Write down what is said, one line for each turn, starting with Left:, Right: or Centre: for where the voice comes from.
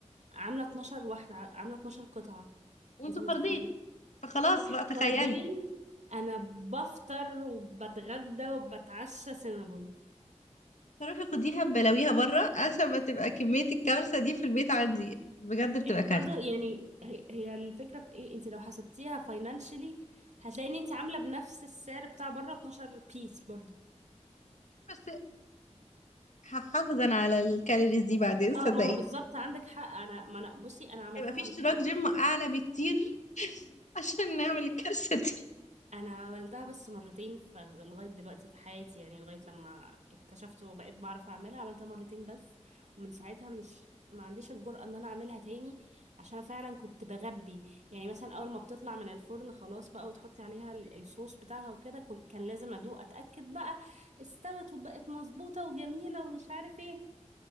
Right: عامله 12 واحده عامله 12 قطعه
Left: وانتوا
Right: انت متخيله
Left: فردين فخلاص
Right: واحنا
Left: بقى تخيلي
Right: فردين انا بفطر وبتغدى وبتعشى سينابون
Left: فروحي خديها ببلاويها بره عشان ما تبقى كميه الكارثه دي في البيت عندي بجد بتبقى
Right: انت
Left: كارثه
Right: برضو يعني هي هي الفكره في ايه انت لو حسبتيها فاينانشلي هتلاقي ان انت عامله بنفس السعر بتاع بره 12 بيس برضو
Left: بس هحافظ انا على الكالوريز دي بعدين صدقيني
Right: اه ما هو بالظبط عندك حق انا ما انا بصي انا عملتها
Left: هيبقى في
Right: مرتين
Left: اشتراك
Right: بس
Left: جيم اعلى بكتير <laughs> عشان نعمل الكارثه دي
Right: انا عملتها بس مرتين ف- لغايه دلوقتي في حياتي يعني لغايه لما اكتشفت وبقيت بعرف اعملها عملتها مرتين بس ومن ساعتها مش ما عنديش الجرأة ان انا اعملها تاني عشان فعلا كنت بغبي يعني مثلا اول ما بتطلع من الفرن خلاص بقى وتحطي عليها ال- الصوص بتاعها وكده كن- كان لازم ادوق اتاكد بقى استوت وبقت مظبوطه وجميله ومش عارف ايه